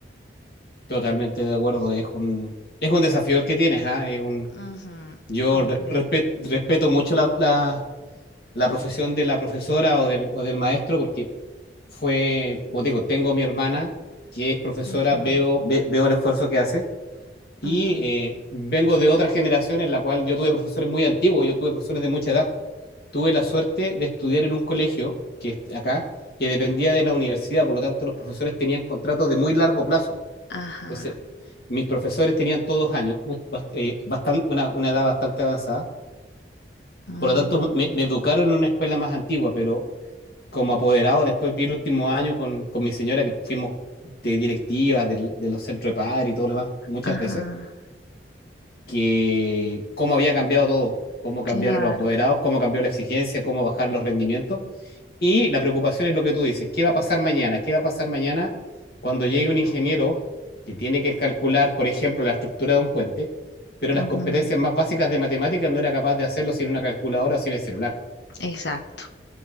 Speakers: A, on the left (about 55°); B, on the left (about 75°).
A: Totalmente de acuerdo, es un, es un desafío el que tienes, ¿ah? Es un,
B: Ujú,
A: yo
B: completo.
A: res- respet- respeto mucho la, la- la profesión de la profesora o del, o del maestro porque fue, como te digo, tengo mi hermana que es profesora,
B: Ujú,
A: veo, ve- veo el esfuerzo que hace y
B: ujú,
A: eh, vengo de otra generación en la cual yo tuve profesores muy antiguos, yo tuve profesores de mucha edad. Tuve la suerte de estudiar en un colegio que es acá, que dependía de la universidad, por lo tanto los profesores tenían contratos de muy largo plazo.
B: ajá,
A: Entonces, mis profesores tenían todos años, muy, bast- eh, bastan- una, una edad bastante avanzada.
B: ujú,
A: Por lo tanto, me, me educaron en una escuela más antigua, pero como apoderado, después vi el último año con, con mi señora que fuimos de directivas del- de los centros de par y todo lo demás muchas
B: ajá,
A: veces. que cómo había cambiado todo, cómo cambiaron
B: claro,
A: los apoderados, cómo cambió la exigencia, cómo bajar los rendimientos. Y la preocupación es lo que tú dices, ¿qué va a pasar mañana? ¿Qué va a pasar mañana cuando llegue un ingeniero que tiene que calcular, por ejemplo, la estructura de un puente, pero las
B: ujú,
A: competencias más básicas de matemáticas no era capaz de hacerlo sin una calculadora o sin el celular?
B: exacto.